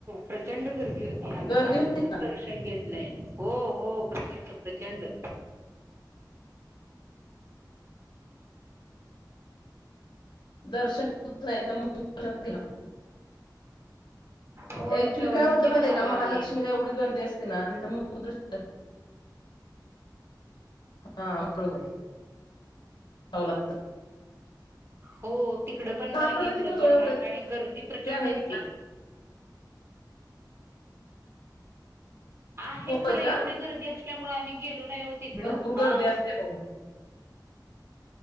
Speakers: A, on the right; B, on the left.
A: प्रचंड गर्दी होती आम्ही
B: गर्दी
A: बाहेरूनच
B: होती ना
A: दर्शन घेतलंय हो हो प्रचंड प्रचंड
B: दर्शन मुक गेला
A: होय
B: ऍक्च्युली
A: तेवढंच
B: काय होतं
A: घेऊन
B: माहिती
A: आलो
B: का
A: आम्ही
B: महालक्ष्मीला एवढी गर्दी असते. तिथे मुख दर्शन हा बरोबर आहे जा व लागत
A: हो तिकड पण रांग
B: प्रकारची
A: इकड
B: सोय
A: पण
B: वगैरे
A: रांग आणि गर्दी प्रचंड
B: आहे
A: होती
B: की
A: आहे
B: होय
A: खरं एवढी
B: का
A: गर्दी असते त्यामुळे आम्ही गेलो नाय नाही ऊ तिकडे
B: भरपूर गर्दी
A: हा
B: असते हो